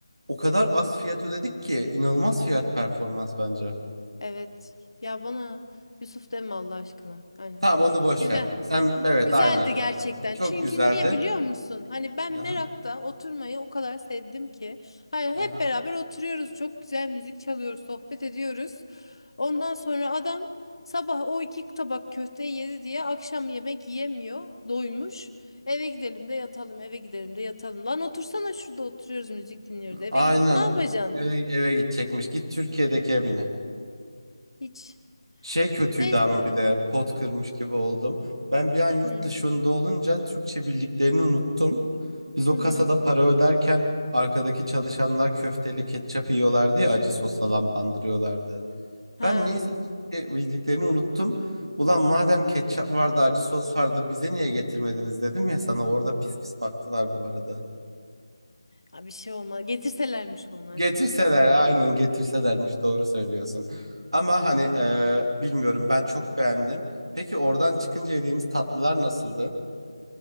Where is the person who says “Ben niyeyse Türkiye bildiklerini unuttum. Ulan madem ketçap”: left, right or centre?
Right